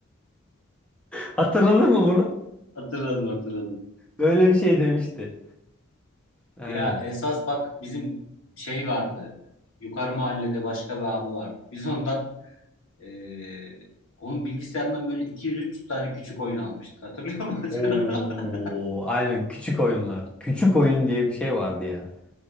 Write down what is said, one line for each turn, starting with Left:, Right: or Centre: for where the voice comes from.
Centre: Hatırladın mı bunu?
Left: Hatırladım hatırladım.
Centre: Öyle bir şey demişti. Aynen.
Left: Ya esas bak bizim şey vardı. Yukarı mahallede başka bir abi vardı. Biz ondan Ee, onun bilgisayarından böyle 200-300 tane küçük oyun almıştık. Hatırlıyor musun?
Centre: Oo,
Left: <laughs>
Centre: aynen küçük oyunlar. Küçük oyun diye bir şey vardı ya.